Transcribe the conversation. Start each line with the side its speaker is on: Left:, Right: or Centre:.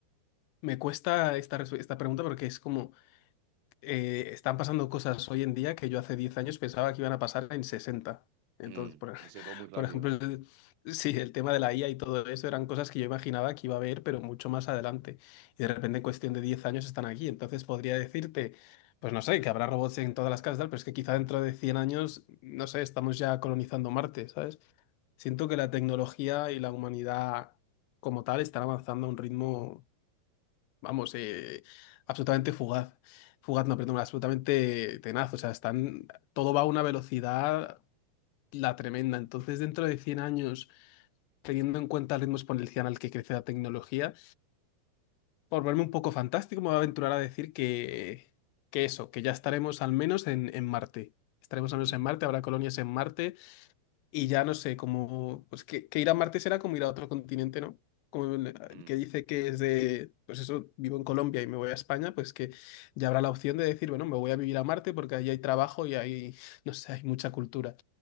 Left: me cuesta esta, resp- esta pregunta porque es como, eh, están pasando cosas hoy en día que yo hace 10 años pensaba que iban a pasar en sesenta Entonces,
Right: Mm,
Left: por,
Right: ha
Left: <laughs>
Right: Ah, sido todo muy rápido.
Left: por ejemplo, el- sí, el tema de la IA y todo eso eran cosas que yo imaginaba que iba a haber, pero mucho más adelante. Y de repente, en cuestión de 10 años, están aquí. Entonces, podría decirte, pues no sé, que habrá robots en todas las casas, tal, pero es que quizá dentro de 100 años, no sé, estamos ya colonizando Marte, ¿sabes? Siento que la tecnología y la humanidad como tal están avanzando a un ritmo vamos, eh, absolutamente fugaz. Fugaz, no, perdón, absolutamente tenaz. O sea, están, todo va a una velocidad la tremenda. Entonces, dentro de 100 años, teniendo en cuenta el ritmo exponencial al que crece la tecnología, por verme un poco fantástico, me voy a aventurar a decir que, que eso, que ya estaremos al menos en, en Marte. Estaremos al
Right: Mm,
Left: menos en Marte, habrá colonias en Marte y ya no sé, como, pues que, que ir a Marte será como ir a otro continente, ¿no? Como el, el
Right: mm.
Left: que dice que es de, pues eso, vivo en Colombia y me voy a España, pues que ya habrá la opción de decir, bueno, me voy a vivir a Marte porque ahí hay trabajo y ahí, <laughs> no sé, hay mucha cultura.